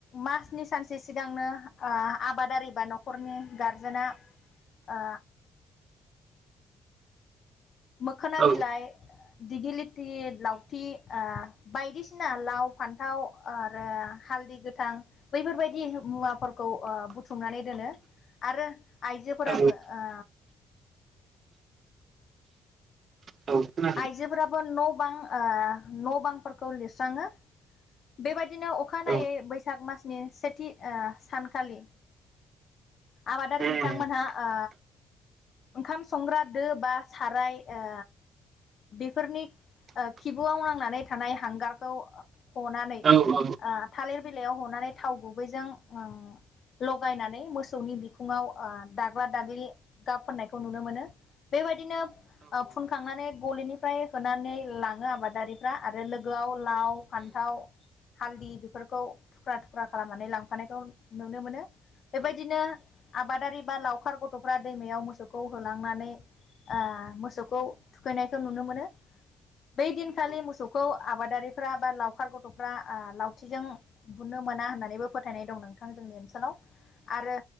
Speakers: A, on the left; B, on the right.
A: मासनि सानसे सिगां नोंथांनो ओ आबादारि बा न'खरनि गारजेना ओ मोखोना
B: औ
A: बिलाइ दिगि लिथि लावथि ओ बायदिसिना लाव, फान्थाव ओ आरो हालदै गोथां बैफोरबायदि मुवाफोरखौ ओ बुथुमनानै दोनो आरो आइजोफोराबो
B: औ
A: ओ
B: औ खोनादों
A: आइजोफोराबो न' बां ओ न' बांफोरखौ लिरस्राङो बेबायदिनो अखानायै
B: औ
A: बैसाग मासनि सेथि ओ सानखालि आबादारि
B: उम
A: बिथांमोनहा ओ ओंखाम संग्रा दो बा साराय ओ बेफोरनि ओ खिबुआव नांनानै थानाय हांगारखौ हनानै ओ
B: औ औ
A: थालिर बिलाइयाव हनानै थाव गुबैजों ओ लगायनानै मोसौनि बिखुङाव ओ दाग्ला दाग्लि गाब फोननायखौ नुनो मोनो बेबायदिनो ओ फुनखांनानै गलिनिफ्राय होनानै लाङो आबादारिफ्रा आरो लोगोयाव लाव, फान्थाव, हालदि बेफोरखौ थुख्रा थुख्रा खालामनानै लांफानायखौ नुनो मोनो। बे बायदिनो आबादारि बा लावखार गथ'फ्रा दैमायाव मोसौखौ होलांनानै ओ मोसौखौ थुखैनायखौ नुनो मोनो। बै दिनखालि मोसौखौ आबादारिफ्रा बा लाव लावखार गथ'फ्रा आ लावथिजों बुनो मोना होननानैबो फोथायनाय दं नोंथां जोंनि ओनसोलाव आरो